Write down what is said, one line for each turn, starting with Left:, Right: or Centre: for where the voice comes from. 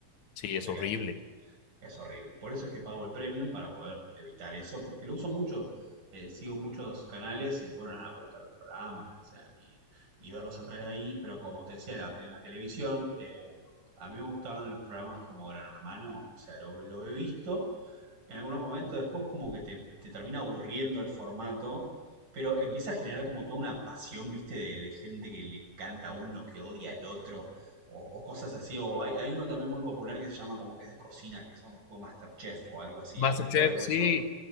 Left: Sí,
Right: No
Left: es
Right: te
Left: horrible.
Right: queda otra. Es horrible. Por eso es que pago el premium para poder evitar eso, porque lo uso mucho, eh, sigo muchos canales y bueno, nada, me gustan los programas, o sea, y, y verlos a través de ahí, pero como te decía, en la, en la televisión, eh, a mí me gustaban los programas como Gran Hermano, o sea, lo, lo he visto, en algunos momentos después como que te, te termina aburriendo el formato, pero empieza a generar como toda una pasión, viste, de, de gente que le encanta a uno, que odia al otro, o, o cosas así, o hay, hay uno también muy popular que se llama como que es de cocina, que son tipo Masterchef o algo así,
Left: MasterChef,
Right: ¿has visto algo
Left: sí,
Right: de eso?